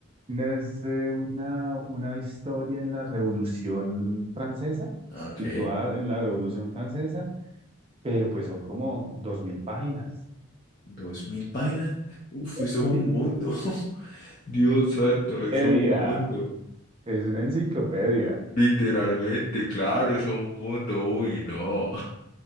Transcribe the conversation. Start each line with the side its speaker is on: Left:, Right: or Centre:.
Right: es eh, una, una historia en la Revolución Francesa,
Left: Ok,
Right: situada en la Revolución Francesa, pero pues son como dos mil páginas.
Left: dos mil páginas. Uf, eso
Right: <laughs>
Left: es un mundo. <laughs> Dios santo, eso es
Right: Edia,
Left: un mundo.
Right: es una enciclopedia.
Left: Literalmente, claro, eso es un mundo. Uy, no.